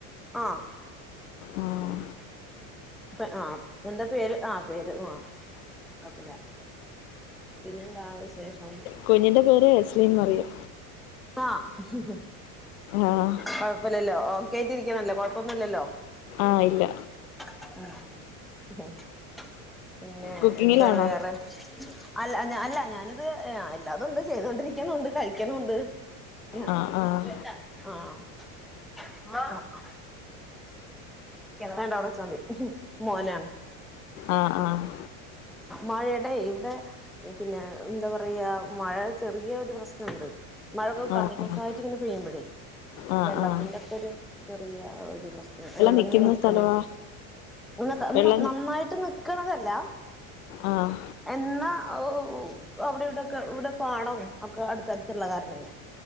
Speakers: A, in the centre; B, on the left.
A: ആഹ്
B: ആഹ്
A: <inaudible> അപ്പ ആഹ് എന്താ പേര് ആഹ് പേര് ആഹ് കൊഴപ്പല്ല പിന്നെന്താ വിശേഷം?
B: കുഞ്ഞിൻ്റെ പേര് എസ്ലീൻ മറിയം.
A: ആഹ്
B: ആഹ്
A: കുഴപ്പല്ലല്ലോ ഒക്കെ ആയിട്ടിരിക്ക്നല്ലോ കൊഴപ്പൊന്നുല്ലല്ലോ
B: ആഹ് ഇല്ല.
A: <inaudible> പിന്നെ
B: കുക്കിങ്ങിലാണോ
A: എന്താ വേറെ അല്ല ഞാന് അല്ല ഞാനിത് അല്ലാതൊണ്ട് ചെയ്തൊണ്ടിരിക്കുന്നുണ്ട് കഴിക്കുന്നുണ്ട് ആഹ്
B: ആഹ് ആഹ്
A: വേണ്ട അവിടെ വെച്ചാ മതി മോനാ
B: ആഹ് ആഹ്
A: മഴടെ ഇവിടെ പിന്നെ എന്താ പറയാ മഴ ചെറിയൊരു പ്രശ്നമുണ്ട്. മഴൊക്കെ കണ്ടിന്യൂസായിട്ട്
B: ആഹ് ആഹ്
A: ഇങ്ങനെ പെയ്യുമ്പഴേ
B: ആഹ്
A: വെള്ളത്തിന്റൊക്കെരു
B: ആഹ്
A: ചെറിയ ഒരു പ്രശ് വെള്ളം
B: നിക്കുന്ന
A: ഇങ്ങനെ നിക്ക്ണതാ,
B: സ്ഥലവാ
A: <unintelligible>
B: വെള്ളം
A: നന്നായിട്ട്
B: നി
A: നി ക്ക്ണതല്ല
B: ആഹ്
A: എന്നാ ആഹ് അവിടെവിടൊക്കെ ഇവിടെ പാടം ഒക്കെ അടുത്തടുത്തുള്ള കാരണേ